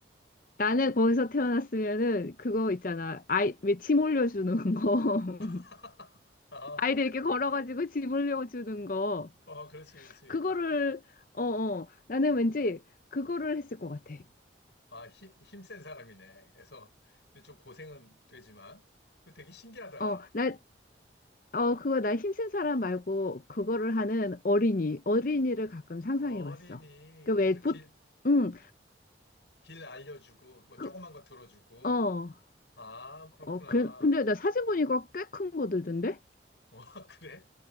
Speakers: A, on the left; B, on the left.
A: 나는 거기서 태어났으면은 그거 있잖아. 아이, 왜 짐 올려주는 거. <laughs>
B: <laughs> 아,
A: 아이들 이렇게 걸어가지고 짐 올려주는 거.
B: 어, 그렇지, 그렇지.
A: 그거를,
B: 그,
A: 어, 어, 나는 왠지 그거를 했을 것 같아.
B: 아, 힘, 힘센 사람이네. 그래서 좀 고생은 되지만, 그 되게 신기하다.
A: 어, 나, 어, 그거 나 힘센 사람 말고 그거를 하는 어린이, 어린이를 가끔 상상해
B: 어린이,
A: 봤어. 그 왜,
B: 그래서
A: 보,
B: 길,
A: 응,
B: 길 알려주고, 뭐
A: 그,
B: 조그만 거 들어주고.
A: 어,
B: 아, 그렇구나.
A: 어, 그, 근데 나 사진 보니까 꽤 큰 거들던데?
B: 와, <laughs> 그래?